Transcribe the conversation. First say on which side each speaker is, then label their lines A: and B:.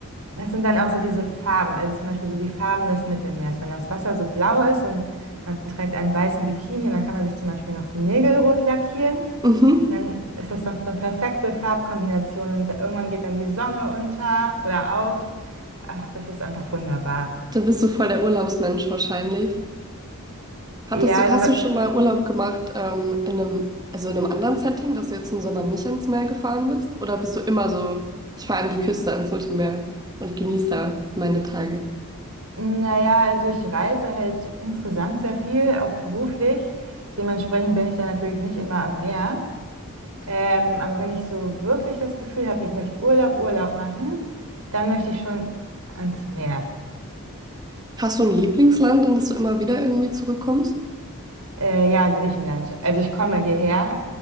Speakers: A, on the right; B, on the right.
A: es sind dann auch so diese Farben, also zum Beispiel so die Farben des Mittelmeers. Wenn das Wasser so blau ist und man trägt einen weißen Bikini, und dann kann man sich zum Beispiel noch die Nägel rot lackieren.
B: Mhm.
A: Und dann ist das noch so eine perfekte Farbkombination und irgendwann geht dann die Sonne unter oder auf. Ach, das ist einfach wunderbar.
B: Da bist du voll der Urlaubsmensch wahrscheinlich. Hattest
A: Ja,
B: du,
A: also,
B: hast
A: wa-
B: du schon mal Urlaub gemacht, ähm, in einem, also in einem anderen Setting, dass du jetzt im Sommer nicht ans Meer gefahren bist? Oder bist du immer so, ich fahre an die Küste, ans Mittelmeer und genieße da
A: n-
B: meine Tage?
A: naja, also ich reise halt insgesamt sehr viel, auch beruflich. Dementsprechend bin ich da natürlich nicht immer am Meer. Ähm, aber wenn ich so wirklich das Gefühl habe, ich möchte Urlaub, Urlaub machen, dann möchte ich schon ans Meer.
B: Hast du ein Lieblingsland, in das du immer wieder irgendwie zurückkommst?
A: Äh, ja, Griechenland. Also ich komme hierher,